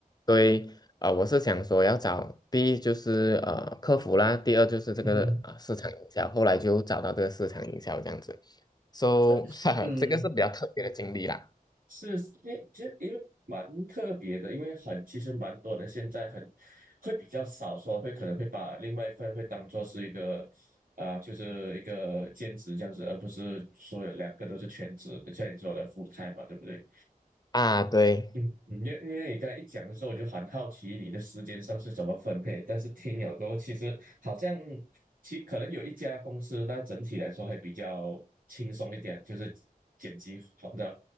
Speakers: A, on the left (about 25°); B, on the right (about 70°).
A: 对，啊、我是想说要找，第一就是呃客服啦，第二就是这个啊、
B: 嗯哼，
A: 市场营销，后来就找到这个市场营销这样子，so
B: 这，
A: <laughs> 哈哈，
B: 嗯。
A: 这个是比较特别的经历啦。
B: 是，诶，就因为蛮特别的，因为很其实蛮多人现在很会比较少说，会可能会把另外一份会当做是一个啊、就是一个兼职这样子，而不是说有两个都是全职，像你说的 full time 嘛，对不对？
A: 啊，对，
B: 嗯，嗯因为因为你刚才一讲的时候，我就很好奇你的时间上是怎么分配，但是听了之后，其实好像其可能有一家公司，那整体来说会比较轻松一点，就是剪辑好的